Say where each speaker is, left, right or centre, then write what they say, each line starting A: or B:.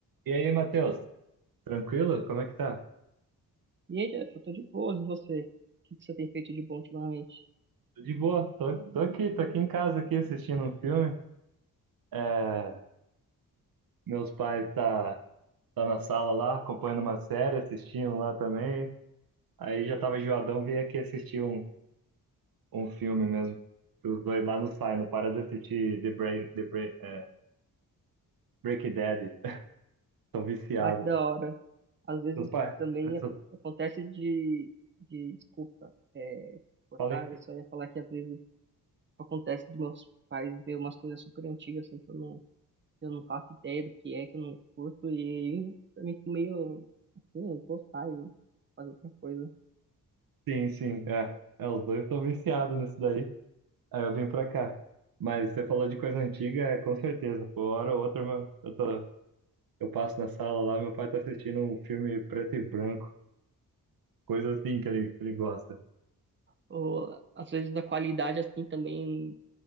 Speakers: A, on the right; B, on the right.
A: E aí, Matheus? Tranquilo? Como é que tá?
B: E aí, Jeff, eu tô de boas, e você? O que que você tem feito de bom ultimamente?
A: Tô de boa. Tô, tô aqui, tô aqui em casa aqui assistindo um filme. É, meus pais tá, tá na sala lá, acompanhando uma série, assistindo lá também. Aí já tava enjoadão, vim aqui assistir um, um filme mesmo. Que os dois lá não saem, não para de assistir The Break, The Break, é, Breaking Bad. Estão viciados.
B: Ah, que da hora. Às vezes
A: Meus pais,
B: também
A: essa-
B: ac- acontece de, de desculpa, é, cortar,
A: falei?
B: eu só ia falar que às vezes acontece dos meus pais ver umas coisas super antigas, assim, que eu não, que eu não faço ideia do que é, que eu não curto, e aí eu me fico meio, assim, gostar e fazer outra coisa.
A: Sim, sim, é. É, os dois estão viciados nisso daí. Aí eu vim pra cá. Mas você falou de coisa antiga, é, com certeza. Por hora ou outra, meu, eu tô, eu passo na sala lá, meu pai tá assistindo um filme preto e branco, coisa assim que ele, que ele gosta.
B: Ou, às vezes a qualidade, assim, também